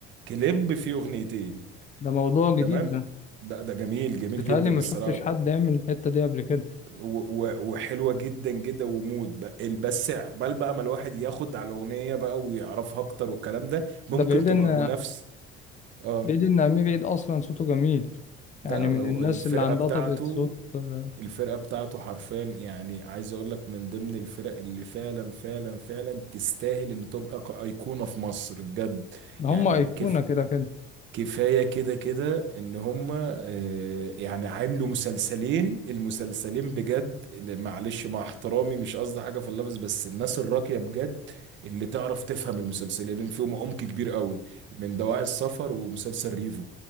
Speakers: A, on the right (about 60°); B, on the left (about 35°).
A: كليب فيه اغنيتين
B: ده موضوع جديد
A: تمام
B: ده
A: لا ده جميل جميل
B: بيتهيألي
A: جدا
B: ما
A: الصراحة
B: شفتش حد يعمل الحتة دي قبل كده
A: و- و- وحلوه جدا جدا ومود بقى- بس عقبال بقى ما الواحد ياخد على الاغنيه بقى ويعرفها اكتر والكلام ده ممكن
B: ده بعيد
A: تبقى
B: إن
A: منافس اه
B: بعيد ان امير عيد اصلا صوته جميل
A: ده
B: يعني
A: هو
B: من الناس
A: الفرقه
B: اللي عندها
A: بتاعته
B: طبقة صوت آه،
A: الفرقه بتاعته حرفيا يعني عايز اقول لك من ضمن الفرق اللي فعلا فعلا فعلا تستاهل ان تبقى ك- ايقونه في مصر بجد
B: هم
A: يعني
B: ايقونة
A: كيف
B: كده كده
A: كفاية كده كده ان هم آه، يعني عاملوا مسلسلين المسلسلين بجد اللي- معلش مع احترامي مش قصدي حاجة في اللفظ بس الناس الراقية بجد اللي تعرف تفهم المسلسلين فيهم عمق كبير قوي من دواعي السفر ومسلسل ريفو